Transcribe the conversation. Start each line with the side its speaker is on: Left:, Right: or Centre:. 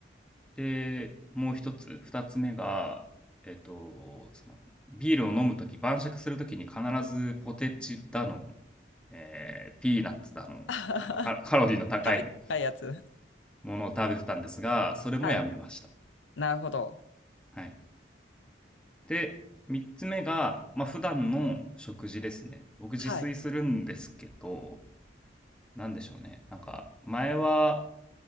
Centre: で、もう一つ、二つ目が、えっと、その、ビールを飲むとき、晩酌するときに必ずポテチだの、えーピーナッツだの、
Left: あはは
Centre: なんかカカロリーの高い
Left: <laughs> 軽い高いやつ。
Centre: ものを食べてたんですが、それもやめました。
Left: はい。なるほど。
Centre: はい。で、三つ目が、まあ、普段の食事ですね。僕自炊するんですけど、
Left: はい。
Centre: なんでしょうね。なんか、前は